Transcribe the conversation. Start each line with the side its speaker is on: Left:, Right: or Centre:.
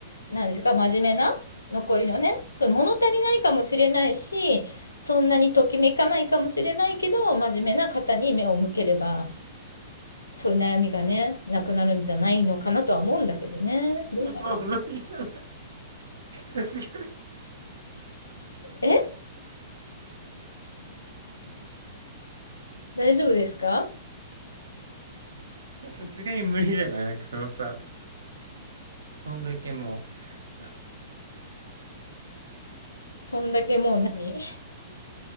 Left: なんですか、真面目な、残りのね、その物足りないかもしれないし、そんなにときめかないかもしれないけど、真面目な方に目を向ければ、そういう悩みがね、なくなるんじゃないのかなとは思うんだけどね。どうだろ
Right: もう無理じゃない。さすが
Left: う。え大丈夫ですか
Right: に、さすがに無理じゃない <laughs> なんかそのさ、そんだけもう、あ
Left: そんだけもう何